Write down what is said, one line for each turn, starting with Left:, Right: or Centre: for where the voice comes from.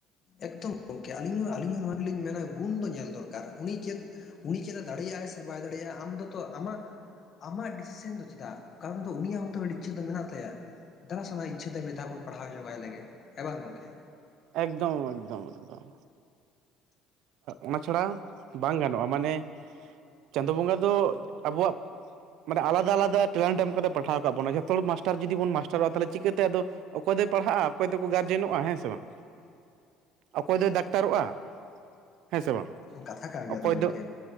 Left: ᱮᱠᱫᱚᱢ ᱜᱚᱢᱠᱮ ᱟᱹᱞᱤᱧ ᱦᱚᱸ ᱟᱹᱞᱤᱧ ᱦᱚᱸ ᱱᱚᱣᱟ ᱜᱮᱞᱤᱧ ᱢᱮᱱᱟ ᱜᱩᱱ ᱫᱚ ᱧᱮᱞ ᱫᱚᱨᱠᱟᱨ ᱩᱱᱤ ᱪᱮᱫ ᱩᱱᱤ ᱪᱮᱫ ᱮ ᱫᱟᱲᱮᱭᱟᱜᱟᱭ ᱥᱮ ᱵᱟᱭ ᱫᱟᱲᱮᱭᱟᱜ-ᱟ ᱟᱢ ᱫᱚᱛᱚ ᱟᱢᱟᱜ ᱟᱢᱟᱜ ᱰᱤᱥᱤᱥᱮᱱ ᱫᱚ ᱪᱮᱫᱟᱜ ᱠᱟᱨᱚᱱ ᱫᱚ ᱩᱱᱤᱭᱟᱜ ᱦᱚᱛᱚ ᱤᱪᱪᱷᱟᱹ ᱫᱚ ᱢᱮᱱᱟᱜ ᱛᱟᱭᱟ ᱫᱟ ᱥᱟᱱᱟᱱᱟᱜ ᱤᱪᱪᱷᱟᱹ ᱛᱮ ᱢᱤᱫ ᱫᱷᱟᱣ ᱵᱚᱱ ᱯᱟᱲᱦᱟᱣ ᱡᱚᱜᱟᱭ ᱞᱮᱜᱮ ᱦᱮᱸ ᱵᱟᱝ ᱜᱚᱝᱠᱮ
Right: ᱮᱠᱫᱚᱢ ᱮᱠᱫᱚᱢ ᱮᱠᱫᱚᱢ ᱚᱱᱟ ᱪᱷᱟᱲᱟ ᱵᱟᱝ ᱜᱟᱱᱚᱜ-ᱟ ᱢᱟᱱᱮ ᱪᱟᱸᱫᱳ ᱵᱚᱸᱜᱟ ᱫᱚ ᱟᱵᱚᱣᱟᱜ ᱢᱟᱱᱮ ᱟᱞᱟᱫᱟ ᱟᱞᱟᱫᱟ ᱴᱮᱞᱮᱱᱴ ᱮᱢ ᱠᱟᱛᱮ ᱯᱟᱲᱦᱟᱣ ᱠᱟᱜ ᱵᱚᱱᱟ ᱡᱚᱛᱚ ᱦᱚᱲ ᱡᱩᱫᱤ ᱵᱚᱱ ᱢᱟᱥᱴᱟᱨ-ᱟ ᱛᱟᱦᱚᱞᱮ ᱪᱤᱠᱟᱹᱛᱮ ᱟᱫᱚ ᱚᱠᱚᱭ ᱫᱚᱭ ᱯᱟᱲᱦᱟᱜ-ᱟ ᱚᱠᱚᱭ ᱫᱚᱠᱚ ᱜᱟᱨᱡᱮᱱᱚᱜ-ᱟ ᱦᱮᱸ ᱥᱮ ᱵᱟᱝ ᱚᱠᱚᱭ ᱫᱚ ᱰᱟᱠᱛᱟᱨᱚᱜ-ᱟ ᱦᱮᱸ ᱥᱮ ᱵᱟᱝ
Left: ᱠᱟᱛᱷᱟ ᱠᱟᱱ ᱜᱮᱭᱟ
Right: ᱚᱠᱚᱭ
Left: ᱛᱚ ᱜᱚᱝᱠᱮ
Right: ᱫᱚ